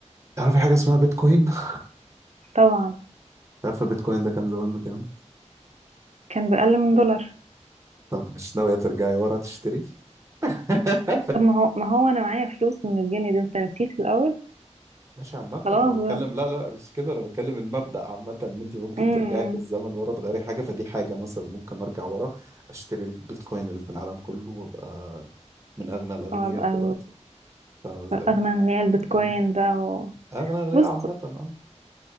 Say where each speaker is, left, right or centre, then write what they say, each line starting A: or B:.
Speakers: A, on the right; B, on the right.
A: تعرف في حاجة اسمها بيتكوين؟ <laughs>
B: طبعا
A: تعرف بيتكوين ده كان زمان بكام؟
B: كان بأقل من دولار
A: طب مش ناوية ترجعي ورا تشتري؟ <laughs>
B: طب ما هو ما هو انا معايا فلوس من الجنيه ده انت نسيت في الاول
A: ماشي عامة
B: خلاص
A: أنا بتكلم
B: بقى
A: لا لا مش كده أنا بتكلم المبدأ عامة إن أنت ممكن
B: امم
A: ترجعي
B: إمم.
A: بالزمن ورا تغيري حاجة فدي حاجة مثلا ممكن أرجع ورا أشتري البيتكوين اللي في العالم كله وأبقى من أغنى الأغنياء
B: وابقى
A: دلوقتي فاهم إزاي؟
B: اغنى اغنياء البيتكوين
A: مم.
B: بقى و...
A: أغنى أغنية
B: بص
A: عامة اه